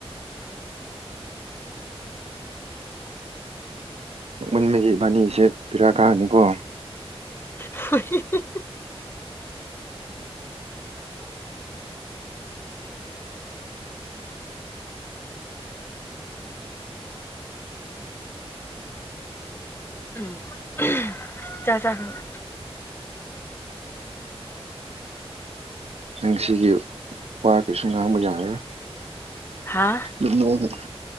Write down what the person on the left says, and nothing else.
ꯍ‌ꯣꯏ <unintelligible> ꯎꯝ <unintelligible> ꯆꯥꯛ ꯆꯥꯈꯔ
ꯍꯥꯥ